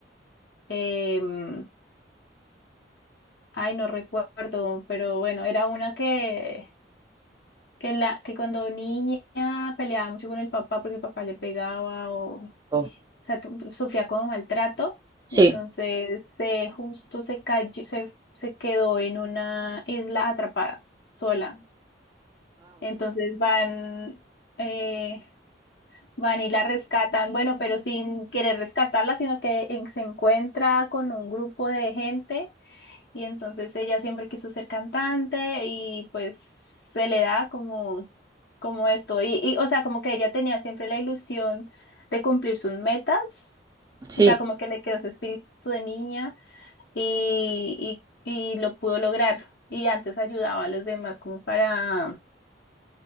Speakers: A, on the left; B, on the right.
A: em, Ay, no recuerdo, pero bueno, era una que que la que cuando niña peleaba mucho con el papá porque el papá le pegaba o, o
B: Oh.
A: sea, tu- tu- sufría como maltrato.
B: Sí,
A: Entonces se justo se cayó, se, se quedó en una isla atrapada sola. Entonces van, eh, van y la rescatan, bueno, pero sin querer rescatarla, sino que en- se encuentra con un grupo de gente y entonces ella siempre quiso ser cantante y pues se le da como, como esto. Y, y, o sea, como que ella tenía siempre la ilusión de cumplir sus metas.
B: sí,
A: O sea, como que le quedó ese espíritu de niña y, y, y lo pudo lograr. Y antes ayudaba a los demás como para,